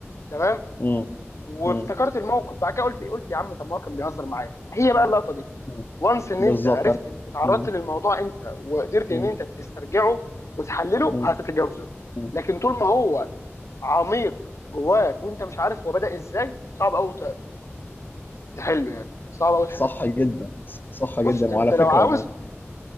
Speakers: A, on the left; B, on the left.
A: تمام
B: مم.
A: وافتكرت
B: مم.
A: الموقف بعد كده قلت قلت يا عم طب ما هو كان بيهزر معايا هي بقى اللقطه دي
B: مم.
A: وانس ان
B: بالظبط
A: انت عرفت
B: أنا
A: انت اتعرضت
B: مم.
A: للموضوع امتى وقدرت ان
B: مم.
A: انت تسترجعه وتحلله
B: مم.
A: هتتجاوزه
B: مم.
A: لكن طول ما هو عميق جواك وانت مش عارف هو بدأ ازاي صعب قوي تحله يعني صعب قوي تحله
B: صح جدا صح
A: بص
B: جدا
A: انت
B: وعلى فكرة
A: لو عاوز
B: أنا